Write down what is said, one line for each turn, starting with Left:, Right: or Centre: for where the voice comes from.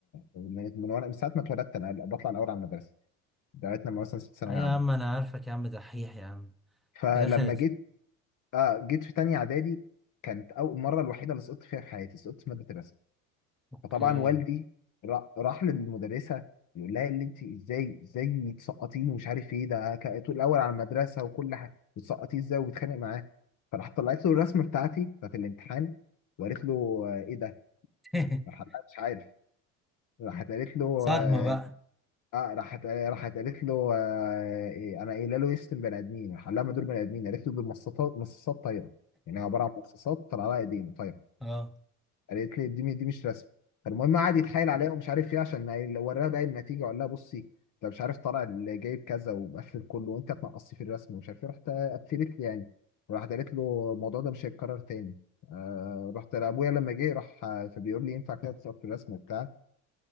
Left: من من وأنا من ساعة ما اتولدت أنا بطلع الأول على المدرسة لغاية لما مثلا ست ثانوية
Centre: أي
Left: عامة
Centre: يا عم أنا عارفك يا عم دحيح يا عم
Left: فلما
Centre: في الآخر
Left: جيت آه جيت في تانية إعدادي كانت أول مرة الوحيدة اللي سقطت فيها في حياتي سقطت في مادة الرسم
Centre: أوكي
Left: فطبعا والدي را- راح للمدرسه يقول لها اللي انت ازاي ازاي تسقطيني ومش عارف ايه ده ك- طول الاول على المدرسه وكل حاجه بتسقطيه ازاي وبيتخانق معاه فراح طلعت له الرسمه بتاعتي بتاعت الامتحان وقالت له آه، ايه ده
Centre: <laughs>
Left: راح قال لها مش عارف راحت قالت له
Centre: صدمة
Left: اه
Centre: بقى
Left: آه، راحت راحت قالت له آه إيه انا قايله له يشتم بني ادمين راح قال لها ما دول بني ادمين قالت له دول مصاصات مصاصات طايره يعني عباره عن مصاصات طلع لها ايدين طايره
Centre: اه
Left: قالت لي دي م- دي مش رسم فالمهم قعد يتحايل عليها ومش عارف ايه عشان قايل- وراها بقى النتيجه وقال لها بصي انت مش عارف طالع اللي جايب كذا ومقفل كله وانت تنقصي في الرسم ومش عارف ايه رحت قفلت لي يعني وراحت قالت له الموضوع ده مش هيتكرر تاني آه رحت لابويا لما جه راح آه، فبيقول لي ينفع كده تسقط في الرسم وبتاع